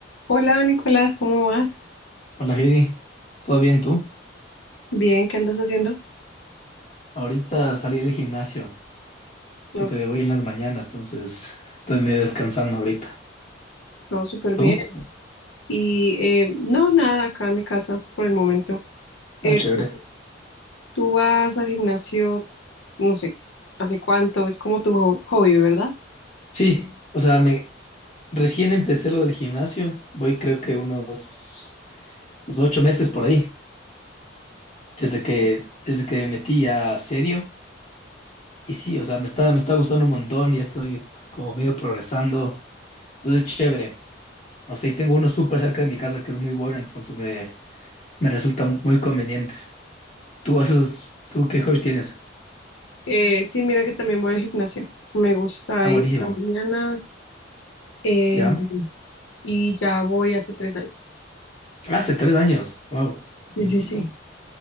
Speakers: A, on the left; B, on the left.
A: Hola Nicolás, ¿cómo vas?
B: Hola Heidi, ¿todo bien tú?
A: Bien, ¿qué andas haciendo?
B: Ahorita salí del gimnasio
A: No,
B: porque voy en las mañanas, entonces estoy medio descansando ahorita.
A: no, súper bien.
B: ¿Tú?
A: Y eh, no, nada, acá en mi casa por el momento. Eh,
B: Ah, chévere.
A: ¿tú, tú vas al gimnasio, no sé, hace cuánto? Es como tu ho- hobby, ¿verdad?
B: Sí, o sea, me recién empecé lo del gimnasio, voy creo que unos, unos ocho meses por ahí, desde
A: Porque-
B: que desde que me metí ya serio. Y sí, o sea, me está me está gustando un montón, ya estoy como medio progresando, entonces es chévere. O sea, y tengo uno súper cerca de mi casa que es muy bueno, entonces me me resulta muy conveniente. ¿Tú haces, tú qué hobbies tienes?
A: Eh, sí, mira que también voy al gimnasio. Me gusta
B: Ah,
A: ir
B: buenísimo.
A: en las mañanas eh,
B: ¿Ya?
A: y ya voy hace tres años.
B: Hace tres años. Wow.
A: Sí, sí, sí.